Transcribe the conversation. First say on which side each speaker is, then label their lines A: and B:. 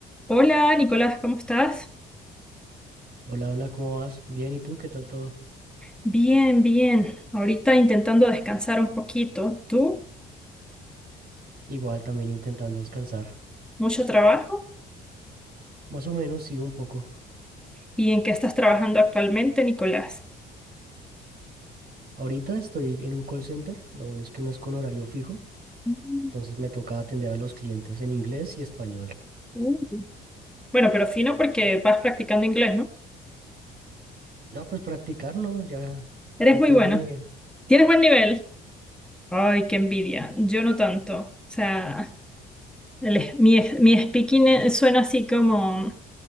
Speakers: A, in the centre; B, on the right.
A: Hola, Nicolás, ¿cómo estás?
B: Hola, hola, ¿cómo vas? Bien, ¿y tú? ¿Qué tal todo?
A: Bien, bien. Ahorita intentando descansar un poquito. ¿Tú?
B: Igual, también intentando descansar.
A: ¿Mucho trabajo?
B: Más o menos, sí, un poco.
A: ¿Y en qué estás trabajando actualmente, Nicolás?
B: Ahorita estoy en un call center, lo bueno es que no es con horario fijo,
A: Mm,
B: entonces me toca atender a los clientes en inglés y español.
A: uh. Bueno, pero fino porque vas practicando inglés, ¿no?
B: No, pues practicar no, ya,
A: Eres
B: ya
A: muy
B: tengo
A: bueno.
B: nivel,
A: ¿Tienes buen nivel? Ay, qué envidia. Yo no tanto. O sea, el es- mi, es- mi speaking eh, suena así como,